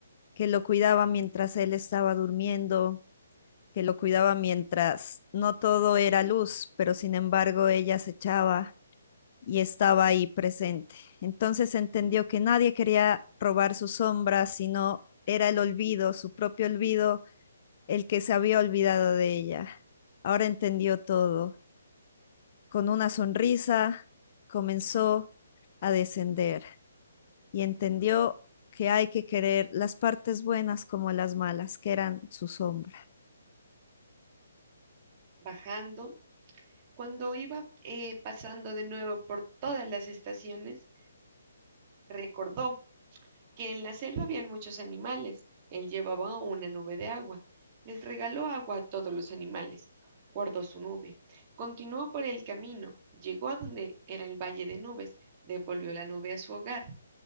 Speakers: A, on the left; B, on the right.
A: que lo cuidaba mientras él estaba durmiendo, que lo cuidaba mientras no todo era luz, pero sin embargo ella acechaba y estaba ahí presente. Entonces entendió que nadie quería robar su sombra, sino era el olvido, su propio olvido, el que se había olvidado de ella. Ahora entendió todo. Con una sonrisa comenzó a descender y entendió que hay que querer las partes buenas como las malas, que eran su sombra.
B: bajando. Cuando iba eh, pasando de nuevo por todas las estaciones, recordó que en la selva habían muchos animales. Él llevaba una nube de agua. Les regaló agua a todos los animales. Guardó su nube. Continuó por el camino. Llegó a donde era el valle de nubes. Devolvió la nube a su hogar.